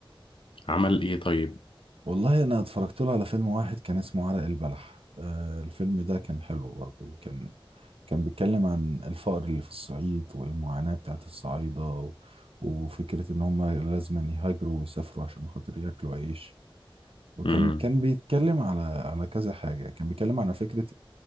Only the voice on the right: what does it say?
والله انا اتفرجت له على فيلم واحد كان اسمه عرق البلح آه، الفيلم ده كان حلو برضه كان كان بيتكلم عن الفقر اللي في الصعيد والمعاناة بتاعت الصعايدة و- وفكرة ان هم لازم يهاجروا ويسافروا عشان خاطر ياكلوا عيش وكان
كان بيتكلم على على كذا حاجة كان بيتكلم على فكرة